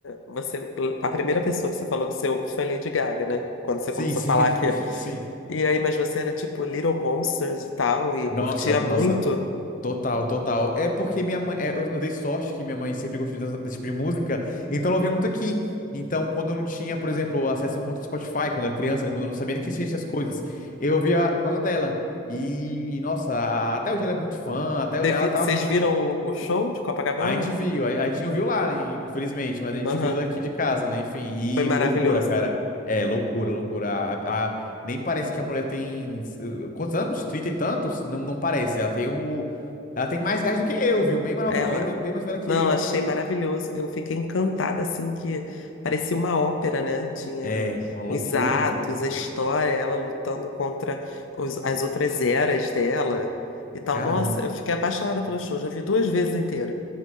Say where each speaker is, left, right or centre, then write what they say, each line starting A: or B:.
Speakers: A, on the left; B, on the left.
A: você, a primeira pessoa que você falou que você ouve foi Lady Gaga, né? Quando você
B: Sim,
A: começou
B: sim,
A: a falar
B: <laughs>
A: que,
B: sim.
A: e aí, mas você era tipo Little Monsters e tal, e
B: Nossa,
A: curtia
B: nossa,
A: muito.
B: total, total. É porque minha mãe, é, eu, eu dei sorte que minha mãe sempre gostou dessa- desse tipo de música, então ela ouvia muito aqui. Então, quando eu não tinha, por exemplo, acesso à conta do Spotify, quando eu era criança, né, quando eu não sabia nem que existiam essas coisas, eu ouvia por causa dela. E, nossa, a- até hoje ela é muito fã, até ela
A: Teve-
B: tava
A: Vocês
B: vendo
A: viram o o show de Copacabana?
B: A gente viu, a, a gente não viu lá, né, infelizmente, mas a gente
A: Aham,
B: viu daqui de casa, né? Enfim, e
A: Foi maravilhoso,
B: loucura, cara.
A: né?
B: É, loucura, loucura. A, a- nem parece que a mulher tem. eh, Quantos anos? Trinta e tantos? Não, não parece. Ela tem o. Ela tem mais gás do que eu, viu? Bem mais,
A: Ela,
B: nova- bem, mais- bem mais velha que
A: não,
B: eu,
A: achei
B: até mais.
A: maravilhoso. Eu fiquei encantada, assim, que parecia uma ópera, né? Tinha
B: É, uma loucura.
A: os atos, a história, ela lutando contra os- as outras eras dela e tal.
B: Cara,
A: Nossa, eu fiquei apaixonada pelo show, já vi duas vezes inteiro.